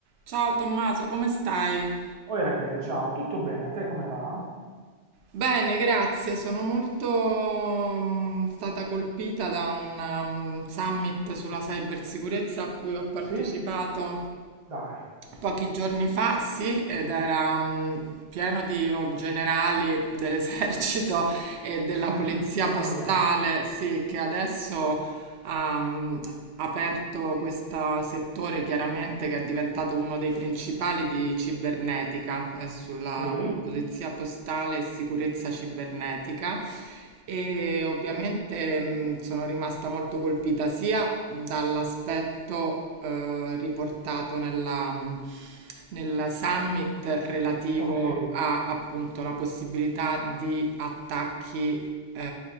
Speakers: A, on the right; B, on the right.
A: Ciao Tommaso, come stai?
B: Oh Rachele, ciao, tutto bene? Te come va?
A: Bene, grazie. Sono molto mm, stata colpita da un um, summit sulla cybersicurezza a cui ho partecipato
B: Sì? Dai.
A: pochi giorni fa, sì, ed era mm, pieno di oh, generali dell'esercito <laughs> e della
B: <laughs>
A: polizia
B: Mamma
A: postale,
B: mia.
A: sì, che adesso ha mh, aperto questo settore chiaramente che è diventato uno dei principali di cibernetica, eh, sulla
B: Sì?
A: polizia postale e sicurezza cibernetica. E ovviamente mh, sono rimasta molto colpita sia dall'aspetto eh, riportato nella, mh, nel summit relativo
B: Ok,
A: a appunto la possibilità di attacchi eh,